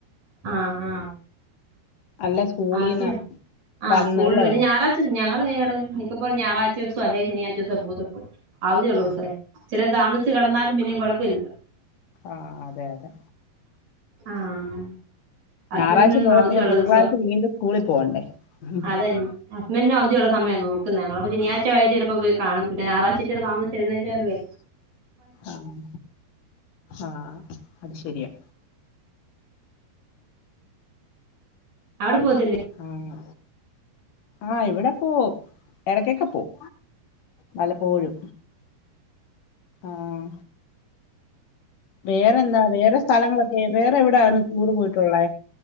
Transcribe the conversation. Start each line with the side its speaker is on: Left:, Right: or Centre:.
Right: ആഹ് ആഹ്
Left: അല്ല സ്കൂളിൽ
Right: അവധിയാ.
Left: നിന്ന്
Right: ആഹ്
Left: വന്നല്ലേ
Right: സ്കൂൾളും. ഇനി ഞാറാ ഞങ്ങള് <unintelligible> മിക്കപ്പോളും ഞായറഴ്ച്ചോസം അല്ലെങ്കി ശനിയാ്ഴച്ചോസം പോത്തുള്ളു. അവധിയോള്ള
Left: ആ
Right: ദിവസേ ഇച്ചിരായ് താമസിച്ച് കെടന്നാലും പിന്നെയും കൊഴപ്പം ഇല്ലാ ല്ലേ.
Left: ആഹ് അതെ അതെ.
Right: ആഹ്. ഹസ്ബെൻഡിനും
Left: ഞായറാഴ്ച പോയാൽ
Right: അവധിയൊള്ള
Left: പിന്നെ തിങ്കളാഴ്ച
Right: ദിവസം.
Left: വീണ്ടും സ്കൂളിൽ പോകണ്ടേ ഉം.
Right: അതന്നെ. ഹസ്ബെന്റിനും അവധിയോള്ള സമയ നോക്ക്ന്നേ. ഞങ്ങളപ്പം ശനിയാഴ്ച വൈകിട്ട് ചെലപ്പോ പോയി കാണും. പിന്നെ ഞാറാഴ്ച്ച താമസ എല്ന്നേറ്റാലു വെ
Left: ആഹ് ആഹ് അത് ശെരിയാ.
Right: അവടെ പോത്തില്ലെ?
Left: ആഹ്. ആഹ് ഇവടെ പോവും. എടക്കൊക്കെ പോം. വല്ലപ്പോഴും. ആഹ് വേറെന്താ. വേറെ സ്ഥലങ്ങളേ ക്കെ വേറെ എവടാണ്. റ്റൂറ് പോയിട്ടൊള്ളേ.